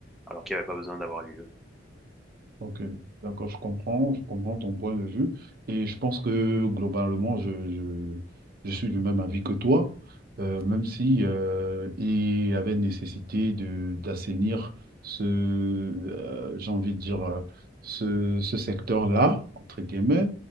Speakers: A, in the centre; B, on the right.
A: alors qu'il n'y avait pas besoin d'avoir lieu.
B: Ok, d'accord, je comprends, je comprends ton point de vue et je pense que globalement, je, je, je suis du même avis que toi, euh, même si euh, il y avait nécessité de d'assainir ce, euh, j'ai envie de dire, euh, ce, ce secteur-là, entre guillemets.